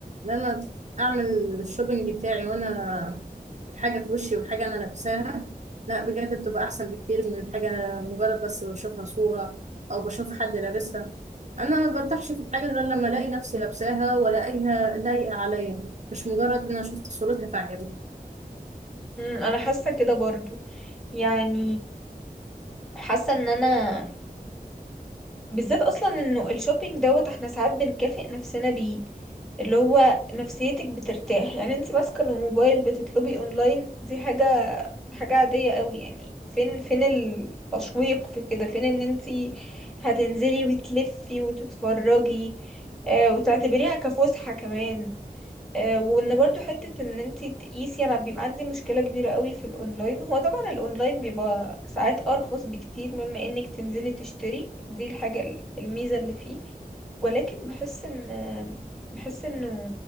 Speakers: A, on the right (about 50°); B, in the centre.
A: ان انا اعمل الشوبينج بتاعي وانا حاجه في وشي والحاجه انا لابساها لا بجد بتبقى احسن بكتير من الحاجه مجرد بس بشوفها صوره او بشوف حد لابسها انا ما برتاحش في الحاجه غير لما الاقي نفسي لابساها والاقيها لايقه عليا مش مجرد ان انا شفت صورتها فعجبتني
B: مم، أنا حاسة كده برضو يعني حاسه ان انا بالذات اصلا انه الشوبينج دوت احنا ساعات بنكافئ نفسنا بيه اللي هو نفسيتك بترتاح يعني انت ماسكه الموبايل بتطلبي اونلاين دي حاجه حاجه عاديه قوي يعني فين فين التشويق في كده فين ان انت هتنزلي وتلفي وتتفرجي آه وتعتبريها كفسحه كمان آه، وان برضو حتة ان انتي تقيسي انا بيبقى عندي مشكلة كبيرة قوي في الاونلاين هو طبعا الاونلاين بيبقى ساعات ارخص بكتير مما انك تنزلي تشتري دي الحاجة ال- الميزة اللي فيه ولكن بحس ان آه، بحس انه